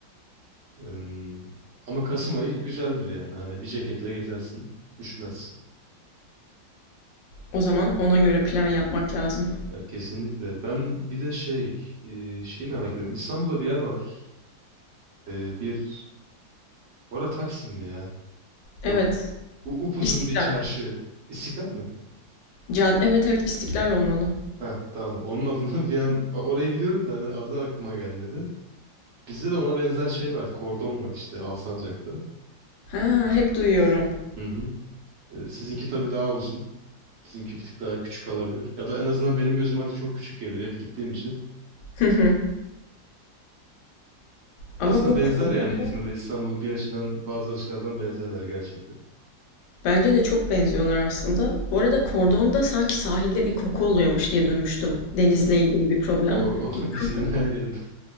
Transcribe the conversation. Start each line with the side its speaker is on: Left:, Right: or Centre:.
Right: Hmm. Ama Kasım ayı güzeldir yani. Hani bir ceketle gezersin. Üşümezsin.
Left: O zaman ona göre plan yapmak lazım.
Right: Ya kesinlikle. Ben bir de şey, e, şeyi merak ediyorum. İstanbul'da bir yer var. E, bir, orada Taksim mi ya?
Left: Evet.
Right: Yok. U- upuzun
Left: İstiklal.
Right: bir çarşı. İstiklal mi?
Left: Cad evet evet İstiklal olmalı.
Right: Ha tamam. Onun adını <laughs> bir an o- orayı biliyorum da hani adı aklıma gelmedi. Bizde de ona benzer şey var. Kordon var işte Alsancak'ta.
Left: Ha hep duyuyorum. <laughs>
Right: Hı hı. E, sizinki tabii daha uzun. Bizimki bir tık daha küçük olabilir. Ya da en azından benim gözüm artık çok küçük geliyor hep gittiğim için.
Left: Hı hı.
Right: Aslında
Left: Ama bu
Right: benzer
Left: kordonda
Right: yani İzmir'le İstanbul bir açıdan bazı açılardan benzerler gerçekten.
Left: bence de çok benziyorlar aslında. Bu arada kordonda sanki sahilde bir koku oluyormuş diye duymuştum. Denizle ilgili bir problem.
Right: O, o
Left: Doğru
Right: <laughs> İzmir'in her
Left: mu?
Right: yerinde